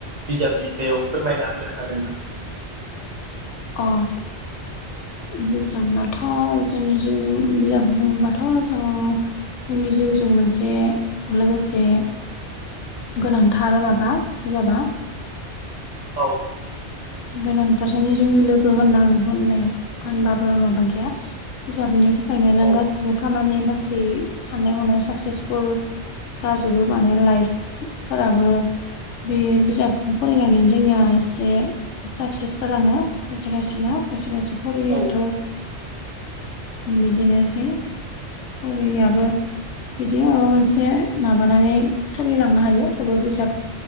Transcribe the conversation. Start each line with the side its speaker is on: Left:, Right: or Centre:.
Right: बिजाबनि सायाव फोरमायना होनो हागोनदां।
Left: अ बिजाबाथ' जोंनि जिउ बिजाब बुङोबाथ' जोङो जोंनि जिउजों मोनसे लोगोसे गोनांथार माबा बिजाबा।
Right: औ
Left: गोनांथार जोंनि जिउनि लोगो होना होननाया होनबाबो माबा गैया बिजाबनि थाखायनो जों
Right: औ
Left: गासिबो खामानि गासै साननाय हनाय साक्सेसफुल जाजोबो माने लाइसफोराबो बे बिजाबखौ फरायनानै जोंनिया एसे साक्सेस जालाङो खायसे खायसेना खायसे खायसे फरियियाथ'
Right: औ
Left: बिदिनोसै हरियाबो बिदिनो माबा मोनसे माबानानै सोलिलांनो हायो थेवबो बिजाब